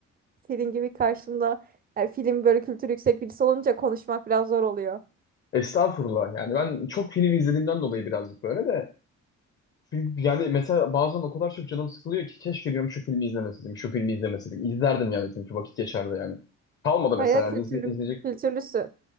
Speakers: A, on the right; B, on the left.
A: Senin gibi karşımda yani film böyle kültürü yüksek birisi olunca konuşmak biraz zor oluyor.
B: Estağfurullah yani ben çok film izlediğimden dolayı birazcık böyle de. Çünkü yani mesela bazen o kadar çok canım sıkılıyor ki keşke diyorum şu filmi izlemeseydim, şu filmi izlemeseydim. İzlerdim yani çünkü vakit geçerdi yani. Kalmadı
A: Bayağı
B: mesela
A: kültürlü,
B: yani izle- izleyecek
A: kültürlüsün.